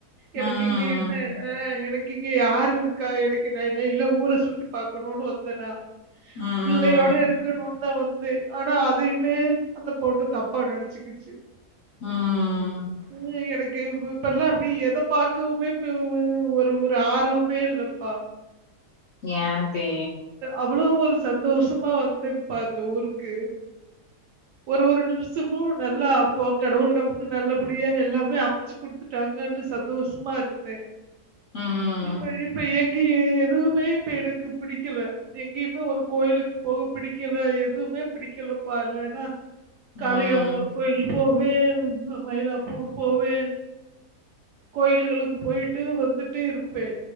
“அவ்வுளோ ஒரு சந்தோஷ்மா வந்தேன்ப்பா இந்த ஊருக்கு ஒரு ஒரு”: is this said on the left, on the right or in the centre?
Right